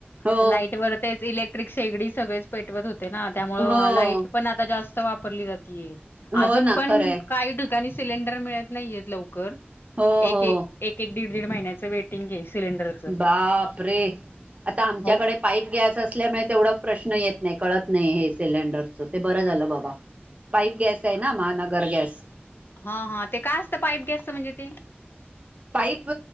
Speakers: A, on the right; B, on the left.
A: हो
B: तर लाईट वर तेच इलेक्ट्रिक शेगडी सगळेच पेटवत होते ना त्यामुळ
A: हो हो
B: लाईट पण आता जा वापरली जाती ये
A: हो
B: अजून
A: ना
B: पण
A: खरंय
B: काही ठिकाणी सिलेंडर मिळत नाहीयेत लवकर.
A: हो
B: एक-एक
A: हो
B: एक दीड दीड महिन्याचं वेटिंग हे सिलेंडर
A: बाप रे! आता आमच्याकडे
B: हो
A: पाईप गॅस असल्यामुळे, तेवढा प्रश्न येत नही, कळत नही हे सिलेंडर ते बरं झालं बाबा, पाईप गॅस ये ना, महानगर गॅस
B: हं हं, ते काय असतं, पाईप गॅसच म्हणजे ते?
A: पाईप